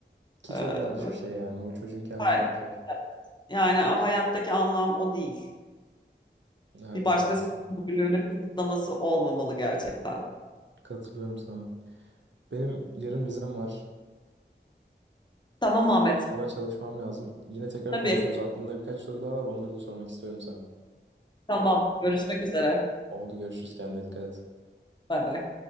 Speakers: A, on the right (about 80°); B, on the left (about 25°).
A: Ki
B: E,
A: çok yanlış
B: ve
A: bir şey yani. O çocuğun kendi
B: hayır.
A: hayatı var.
B: Yani hayattaki anlam o değil.
A: Evet
B: Bir başkasının
A: haklısın.
B: özgürlüğünü kısıtlaması olmamalı gerçekten.
A: Katılıyorum sana. Benim yarın vizem var.
B: Tamam Ahmet.
A: Ona çalışmam lazım. Yine tekrar
B: Tabii.
A: konuşuruz. Aklımda birkaç soru daha var. Onları da sormak istiyorum sana.
B: Tamam. Görüşmek üzere.
A: Oldu görüşürüz. Kendine dikkat et.
B: Bay bay.